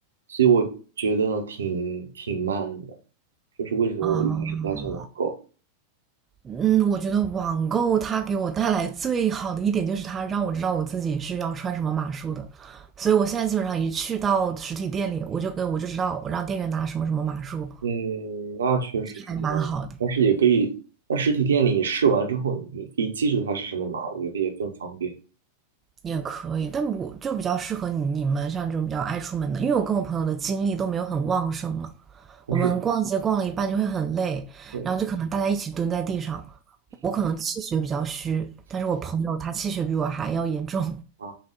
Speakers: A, on the right (about 70°); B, on the right (about 20°).
A: 所以我觉得挺挺慢的，就是为什么我一开始不太喜欢网购。
B: 啊、嗯，我觉得网购它给我带来最好的一点就是它让我知道我自己是要穿什么码数的，所以我现在基本上一去到实体店里，我就跟我就知道我让店员拿什么什么码数，
A: 嗯，那确实是这样的，
B: 还蛮好的，
A: 但是也可以，在实体店里试完之后，你可以记住它是什么码，我觉得也更方便。
B: 也可以。但我就比较适合你你们像这种比较爱出门的，因为我跟我朋友的精力都没有很旺盛嘛，
A: 但是，
B: 我们逛街逛了一半就会很累，
A: 对
B: 然后就可能大家一起蹲在地上，我可能气血比较虚，但是我朋友他气血比我还要严重。
A: 啊，